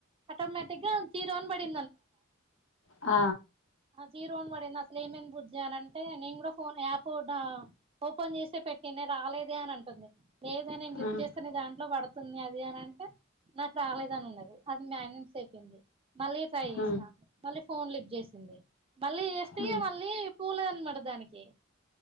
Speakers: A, on the right; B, on the left.
A: ఆటోమేటిక్ గా జీరో అని పడింది
B: ఆ
A: జ రోన్ వడే నా లేమన్ బుర్జా అంటే నేను ఫో యాప్ ఓపెన్ చే పెట్టి రాలేదే అని అంటుంది లేద నేను లిఫ్
B: ఉమ్
A: చేస్తేనే దాంట్లో పడుతుంది అది అని అంటే నాకు చాలేదని ఉన్నది అది మ్యాన్ంస్ అపోంది మళ్ళీ ట్రై చేసినా
B: ఉమ్
A: మళ్ళీ ఫోన్ లిఫ్ట్ చేసింది మళ్ళీ చేస్తయ
B: ఉమ్
A: మళ్ళీ పూలే అనమాట దానికి